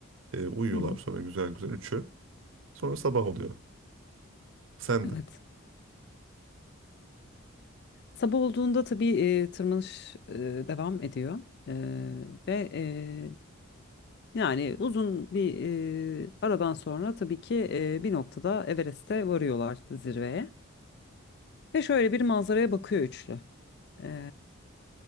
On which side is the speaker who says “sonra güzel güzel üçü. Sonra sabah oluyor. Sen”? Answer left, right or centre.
Right